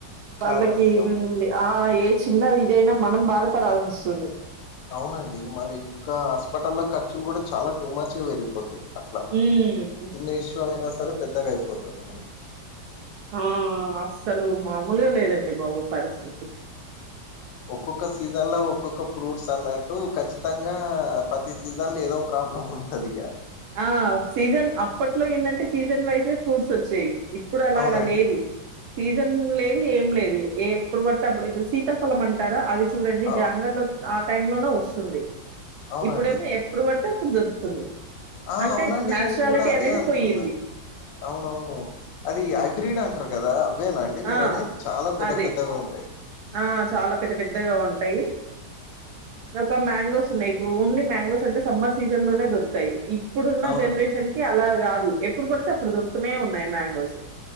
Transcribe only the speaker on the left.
కాదండి అవును
అవునండి మళ్ళీ ఇంకా హాస్పిటల్ లో ఖర్చులు కూడా చాలా టూ మచ్ గా పెరిగిపోతాయి అట్లా
చిన్న ఇష్యూ అయినా సరే పెద్దగా అయిపోతది మల్ల
ఒక్కొక్క సీజన్ లో ఒక్కొక్క ఫ్రూట్స్ అన్నట్టు ఖచ్చితంగా ప్రతి సీజన్ లో ఏదో ప్ర ప్రాబ్లం ఉంటది ఇగ
అవునండి
అవు
అవునండి
ఆ
అవునండి
నేను కూడా అదే
అనుకున్నా
అవునవును అది హైబ్రిడ్ అం అంటరు కదా అవేనా అండి మీరు
అనేది చాలా పెద్ద
పెద్దగా ఉంటాయి
అవునండి